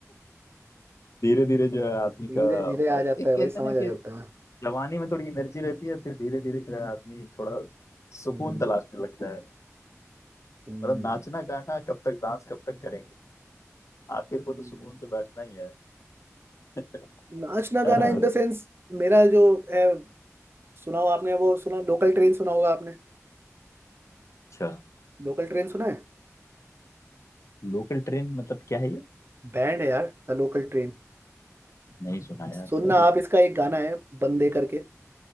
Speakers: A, on the left; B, on the right.
A: धीरे धीरे जो है आदमी
B: धीरे
A: का
B: धीरे आ जाता
A: एक
B: है
A: कहते
B: भाई समझ
A: हैं ना
B: आ
A: कि
B: जाता है
A: जवानी में थोड़ी एनर्जी रहती है फिर धीरे धीरे जो है आदमी थोड़ा सुकून
B: हम्म,
A: तलाशने लगता है
B: हम्म,
A: मतलब नाचना गाना कब तक डांस कब तक करेंगे आखिर को
B: हम्म।
A: तो सुकून से बैठना ही है <laughs>
B: नाचना
A: है
B: गाना
A: ना
B: इन द सेंस मेरा जो है सुना हो आपने वो सुना लोकल ट्रेन सुना होगा आपने
A: अच्छा
B: लोकल ट्रेन सुना है
A: लोकल ट्रेन मतलब क्या है ये
B: बैंड है यार द लोकल ट्रेन
A: नहीं सुना यार
B: सुनना
A: सॉरी
B: आप इसका एक गाना है बंदे करके